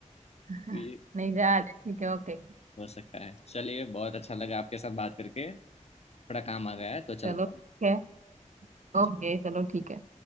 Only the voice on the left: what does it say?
ये
हो सकता है चलिए बहुत अच्छा लगा आपके साथ बात करके थोड़ा काम आ गया है तो
चलता
हूँ